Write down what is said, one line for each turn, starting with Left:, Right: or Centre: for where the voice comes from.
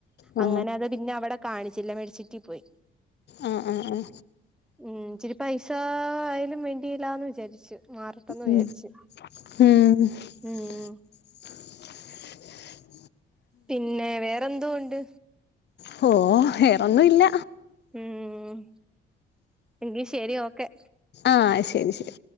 Left: ആ
Centre: അങ്ങനത് പിന്നവടെ കാണിച്ചില്ല മേടിച്ചിറ്റി പോയി
Left: ആ ആ ആ
Centre: ഉം ചിരി പൈസാ ആയലും വേണ്ടീല്ലാന്ന് വിചാരിച്ചു മാറെട്ടന്ന് വിചാരിച്ചു
Left: ഉം. ഉം.
Centre: ഉം
Left: <inaudible>
Centre: പിന്നെ വേറെന്തോണ്ട്
Left: ഹോ വേറൊന്നുല്ല
Centre: ഉം എങ്കി ശരി ഓക്കെ
Left: ആഹ് ശരി ശരി